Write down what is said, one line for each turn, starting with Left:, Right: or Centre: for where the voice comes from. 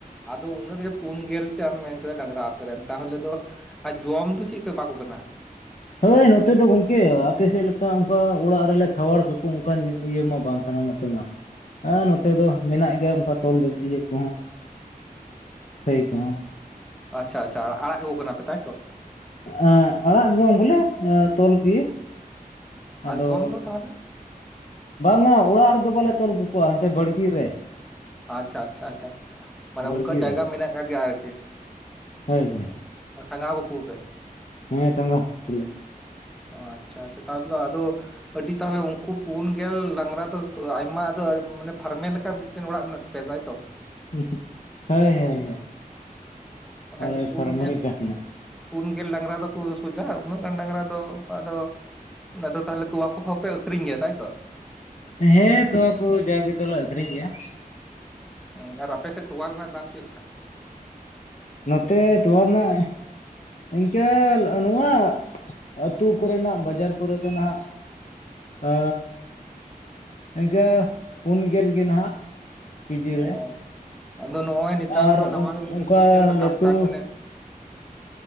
Centre: ᱟᱫᱚ ᱩᱱᱟᱹᱜ ᱜᱮ ᱯᱩᱱ ᱜᱮᱞ ᱪᱮᱫ ᱮᱢ ᱢᱮᱱ ᱠᱮᱫᱟ ᱰᱟᱝᱨᱟ ᱟᱯᱮᱨᱮ ᱨᱮᱱ ᱛᱟᱦᱚᱞᱮ ᱫᱚ ᱟᱨ ᱡᱚᱢ ᱫᱚ ᱪᱮᱜ ᱯᱮ ᱮᱢᱟ ᱠᱚ ᱠᱟᱱᱟ?
Left: ᱦᱚᱜᱼᱚᱭ ᱱᱚᱛᱮ ᱫᱚ ᱜᱚᱝᱠᱮ ᱟᱯᱮ ᱥᱮᱫ ᱞᱮᱠᱟ ᱚᱱᱠᱟ ᱚᱲᱟᱜ ᱨᱮᱜᱮ ᱞᱮ ᱠᱷᱟᱣᱟᱲ ᱠᱟᱠᱚ ᱚᱱᱠᱟ ᱤᱭᱟᱹ ᱢᱟ ᱵᱟᱝ ᱠᱟᱱᱟ ᱩᱱᱟᱹᱜ ᱱ ᱢᱟ ᱦᱮᱸ ᱱᱚᱜᱼᱚᱭ ᱱᱚᱛᱮ ᱫᱚ ᱢᱮᱱᱟᱜ ᱜᱮᱭᱟ ᱚᱱᱠᱟ ᱛᱚᱞ ᱫᱚ ᱤᱭᱟᱹ ᱠᱚᱦᱚᱸ ᱴᱟᱹᱭ ᱠᱚᱦᱚᱸ
Centre: ᱟᱪᱷᱟ ᱟᱪᱷᱟ ᱟᱼᱟᱲᱟᱜ ᱠᱟᱜᱩ ᱠᱟᱱᱟ ᱯᱮ ᱛᱟᱭᱛᱚ,
Left: ᱮᱸᱜ ᱟᱲᱟᱜ ᱫᱚ ᱵᱟᱝ ᱵᱚᱞᱮ ᱛᱚᱞ ᱜᱮ ᱟᱫᱚ
Centre: ᱟᱨ ᱡᱚᱢ ᱫᱚ ᱛᱟᱦᱚᱞᱮ
Left: ᱵᱟᱝᱟ ᱚᱲᱟᱜ ᱨᱮᱫᱚ ᱵᱟᱞᱮ ᱛᱚᱞ ᱠᱟᱠᱚᱣᱟ ᱦᱟᱸᱛᱮ ᱵᱟᱲᱜᱮ ᱨᱮ
Centre: ᱟᱪᱪᱷᱟ ᱟᱪᱪᱷᱟ ᱟᱪᱪᱷᱟ ᱢᱟᱱᱮ
Left: ᱵᱟᱲᱜᱮ
Centre: ᱚᱱᱠᱟ ᱡᱟᱭᱜᱟ
Left: ᱨᱮ
Centre: ᱢᱮᱱᱟᱜ ᱟᱠᱟᱜ ᱜᱮᱭᱟ ᱟᱨᱠᱤ
Left: <unintelligible>
Centre: ᱴᱟᱸᱜᱟᱣ ᱠᱟᱠᱳᱣᱟᱯᱮ
Left: ᱦᱮᱸ ᱴᱟᱸᱜᱟ ᱠᱩᱞᱮ
Centre: ᱚ ᱟᱪᱪᱷᱟ ᱟᱪᱪᱷᱟ ᱛᱟᱦᱞ ᱫᱚ ᱟᱫᱚ ᱟᱹᱰᱤ ᱛᱟᱦᱞᱮ ᱩᱱᱠᱩ ᱯᱩᱱ ᱜᱮᱞᱰᱟᱝᱨᱟ ᱫᱚ ᱛᱚ ᱟᱭᱢᱟ ᱟᱫᱚ ᱢᱟᱱᱮ ᱯᱷᱟᱨᱢᱮ ᱞᱮᱠᱟ ᱢᱤ ᱚᱲᱟᱜ ᱢᱮᱱᱟᱜ ᱛᱟᱯᱮᱭᱟ ᱛᱟᱭᱛᱚ
Left: ᱦᱳᱭ ᱦᱳᱭ ᱦᱳᱭ
Centre: ᱵᱟᱠᱷᱟᱡ
Left: ᱟᱞᱮ
Centre: ᱫᱚ ᱯᱩᱱ
Left: ᱯᱷᱟᱨᱢᱮᱞᱮᱠᱟ
Centre: ᱜᱮᱞ
Left: ᱦᱮᱱᱟᱜᱼᱟ᱾
Centre: ᱯᱩᱱ ᱜᱮᱞ ᱰᱟᱝᱨᱟ ᱫᱚᱠᱚ ᱥᱚᱡᱷᱟᱼᱟ, ᱩᱱᱟᱹᱜ ᱜᱟᱱ ᱰᱟᱝᱨᱟ ᱫᱚ ᱟᱫᱚ ᱟᱫᱚ ᱛᱟᱦᱞᱮ ᱛᱚᱣᱟ ᱠᱚᱦᱚᱯᱮ ᱟᱹᱠᱷᱨᱤᱧ ᱜᱮᱭᱟ ᱛᱟᱭ ᱛᱚ,
Left: ᱦᱮᱸ ᱛᱚᱣᱟ ᱠᱚ ᱡᱟᱜᱮ ᱫᱚᱞᱮ ᱟᱠᱷᱨᱤᱧ ᱜᱮᱭᱟ᱾
Centre: ᱩᱸ ᱟᱨ ᱟᱯᱮ ᱥᱮᱫ ᱛᱚᱣᱟᱟᱨ ᱨᱮᱱᱟᱜ ᱫᱟᱢ ᱪᱮᱫ ᱞᱮᱠᱟ
Left: ᱱᱚᱛᱮ ᱛᱚᱣᱟᱨ ᱨᱮᱱᱟᱜ ᱤᱱᱠᱟᱹ ᱱᱚᱣᱟ ᱟᱹᱛᱩ ᱠᱚᱨᱮᱱᱟᱜ ᱵᱟᱡᱟᱨ ᱠᱚᱨᱮ ᱫᱚ ᱱᱟᱦᱟᱜ, ᱟ ᱤᱱᱠᱟᱹ ᱯᱩᱱ ᱜᱮᱞ ᱜᱮ ᱱᱟᱦᱜ ᱵᱤᱡᱤ
Centre: ᱚ
Left: ᱨᱮ
Centre: ᱟᱫᱚ ᱱᱚᱜᱼᱚᱭ ᱱᱮᱛᱟᱨ
Left: ᱟᱨ
Centre: ᱢᱟ ᱱᱟᱣᱟ ᱢᱤᱫᱴᱟᱝ
Left: ᱚᱱᱠᱟ
Centre: ᱥᱤᱥᱴᱮᱢ ᱨᱟᱠᱟᱵ
Left: ᱞᱟᱹᱴᱩ
Centre: ᱠᱟᱱ ᱚᱱᱮ